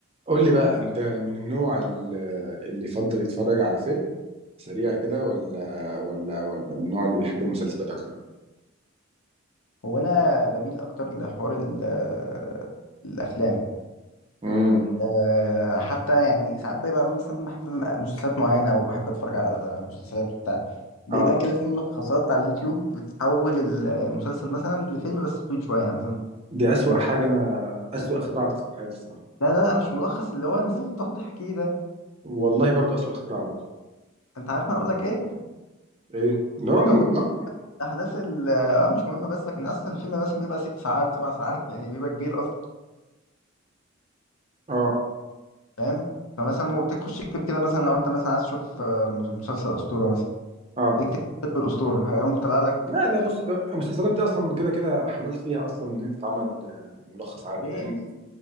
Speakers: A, on the right; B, on the left.
A: قول لي بقى انت من النوع ال- اللي يفضل يتفرج على فيلم سريع كده ولا ولا ولا من النوع اللي بيحب المسلسلات اكتر
B: هو انا بميل اكتر لحوار ال- آه، الافلام
A: امم
B: أه حتى يعني ساعات بيبقى مثلا بحب مسلسلات معينه او بحب اتفرج على مسلسلات بتاع بيبقى
A: اه
B: كده في ملخصات على اليوتيوب بتحول المسلسل مثلا لفيلم بس طويل شويه يعني مثلا
A: دي اسوأ
B: المس-
A: حاجه انا اسوأ اختراع عملته في حياتي الصراحه
B: لا لا لا مش ملخص اللي هو الناس اللي بتقعد تحكيه ده
A: والله برضو اسوأ اختراع برضو
B: انت عارف انا اقول لك ايه
A: ايه اللي هو م-
B: ده هو بيحكي
A: لا
B: احداث ال- اه آه، مش مهمه بس لكن اصلا الفيلم مثلا بيبقى ست ساعات سبع ساعات يعني بيبقى كبير اصلا
A: اه
B: فاهم فمثلا هو تخش اكتب كده مثلا لو انت مثلا عايز تشوف آه، مسلسل اسطوره مثلا
A: اه
B: اكتب فيلم الأسطورة هيقوم طلع لك
A: لا لا بص
B: خ-
A: آه، المسلسلات دي اصلا كده كده حلال فيها اصلا ان هي تتعمل آه، ملخص عادي
B: ليه؟
A: لان